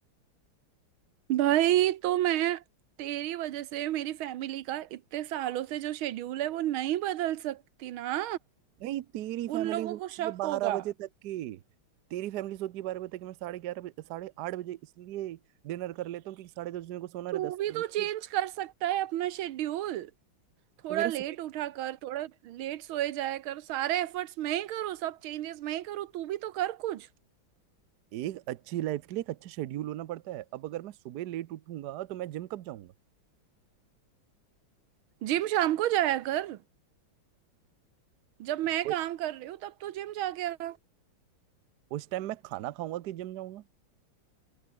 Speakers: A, on the right; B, on the right.
A: भाई तो मैं तेरी वजह से मेरी फैमिली का इतने सालों से जो शेड्यूल है वो नहीं बदल सकती ना
B: नहीं तेरी फैमिली
A: उन लोगों
B: सोती
A: को शक
B: है बारह
A: होगा
B: बजे तक की तेरी फैमिली सोती है बारह बजे तक की, मैं साढ़े ग्यारह बजे साढ़े आठ बजे इसलिए डिनर कर लेता हूँ क्योंकि साढ़े दस बजे मेरे को सोना
A: तू
B: रहता है सोने
A: भी तो चेंज
B: के
A: कर सकता है अपना शेड्यूल थोड़ा
B: तो मेरा
A: लेट
B: सुबह
A: उठा कर थोड़ा लेट सोए जाया कर सारे एफर्ट्स मैं ही करूँ सब चेंजेस मैं ही करूँ तू भी तो कर कुछ
B: एक अच्छी लाइफ के लिए एक अच्छा शेड्यूल होना पड़ता है अब अगर मैं सुबह लेट उठूंगा तो मैं जिम कब जाऊंगा
A: जिम शाम को जाया कर जब मैं
B: वो-
A: काम कर रही हूँ तब तू जिम जाके आ
B: उस टाइम मैं खाना खाऊंगा कि जिम जाऊंगा